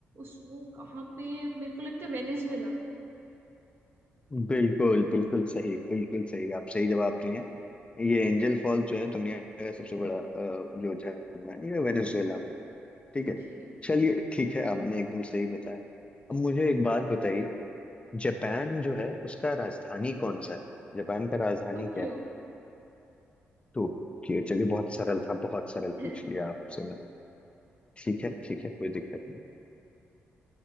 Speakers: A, on the right; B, on the left.
A: उस वो कहाँ पे मेरे को लगता है वेनेजुएला
B: बिल्कुल बिल्कुल सही बिल्कुल सही आप सही जवाब दिए हैं। ये एंजल फॉल जो है दुनिया का सबसे बड़ा अ, जो झरना है ये वेनेजुएला में है। ठीक है
A: जी
B: चलिए ठीक है आपने एकदम सही बताया अब मुझे एक बात बताइए जापान जो है उसका राजधानी कौन सा है जापान का राजधानी
A: टोक्यो
B: क्या है टोक्यो चलिए बहुत सरल था बहुत सरल
A: <laughs>
B: पूछ लिया आपसे मैं ठीक है ठीक है कोई दिक्कत नहीं